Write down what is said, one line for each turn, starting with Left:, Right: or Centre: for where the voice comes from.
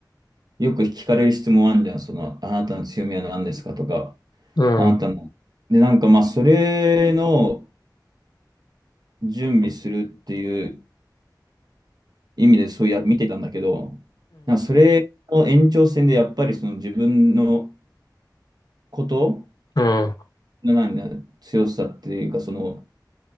Right: よく聞かれる質問あるじゃん、その、あなたの強みは何ですかとか、
Left: うん、
Right: あなたの。
Left: うん、
Right: で、なんかまあ、それの準備するっていう意味でそうや、見てたんだけど、なんかそれの延長線でやっぱりその自分のこと
Left: うん、
Right: の何強さっていうか、その、